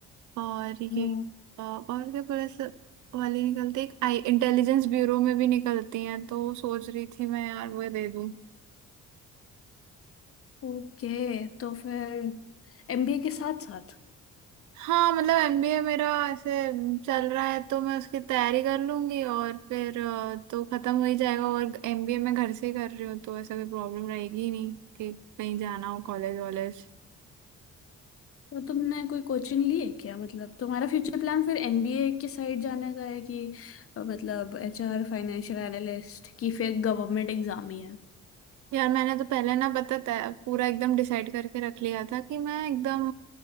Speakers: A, on the right; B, on the left.
A: और ये
B: हाँ
A: अ, और क्या पुलिस वाली निकलती है एक आई इंटेलिजेंस ब्यूरो में भी निकलती हैं तो सोच रही थी मैं यार वो दे दूं
B: ओके तो फिर एमबीए के साथ साथ
A: हाँ मतलब एमबीए मेरा ऐसे चल रहा है तो मैं उसकी तैयारी कर लूंगी और फिर अ, तो खत्म हो ही जाएगा और एमबीए मैं घर से ही कर रही हूँ तो ऐसा कोई प्रॉब्लम रहेगी ही नहीं कि कहीं जाना हो कॉलेज वॉलेज
B: तो तुमने कोई कोचिंग ली है क्या मतलब तुम्हारा फ्यूचर प्लान फिर एमबीए की साइड जाने का है कि अ, मतलब एचआर फाइनेंशियल एनालिस्ट की फिर गवर्नमेंट एग्जाम ही है
A: यार मैंने तो पहले ना पता था पूरा एकदम डिसाइड करके रख लिया था कि मैं एकदम